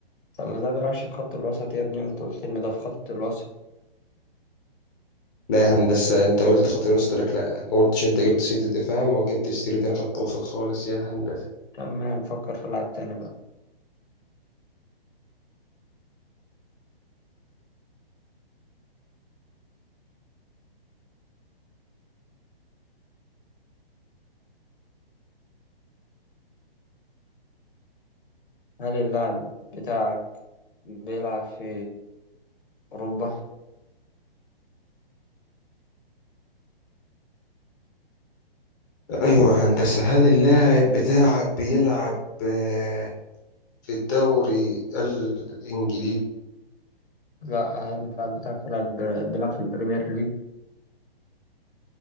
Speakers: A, on the left; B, on the left.
A: طب ما ده بيلعبش في خط الوسط يا ابني وانت قلت ان ده في خط الوسط
B: لا يا هندسة انت قلت خط الوسط قلت لك لا ما قلتش انت جبت سيرة الدفاع ما جبتش سيرة انا خط وسط خالص يا هندسة
A: تمام نفكر في لاعب تاني بقى هل اللاعب بتاعك بيلعب في اوروبا
B: ايوه يا هندسة هل اللاعب بتاعك بيلعب آه، في الدوري الانجليزي
A: لا هل اللاعب بتاعك بيلعب بيلعب في البريمير ليج